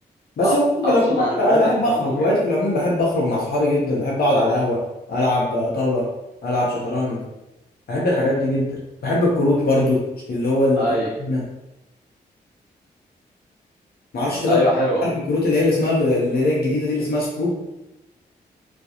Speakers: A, on the left; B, on the left.
A: بس
B: أ-
A: هوايتي في
B: اقصد
A: العموم
B: عن هواياتك
A: انا أنا بحب
B: في
A: اخرج
B: العموم
A: هوايتي
B: يعني
A: في العموم بحب اخرج مع صحابي جدا بحب اقعد على القهوه العب طاوله العب شطرنج بحب الحاجات دي جدا بحب الكروت برضو اللي هو اللي
B: ايوه
A: كنت ما اعرفش انت برضو
B: ايوه حلوه
A: عارف الكروت اللي هي اللي اسمها اللي هي الجديده دي اللي اسمها سكرو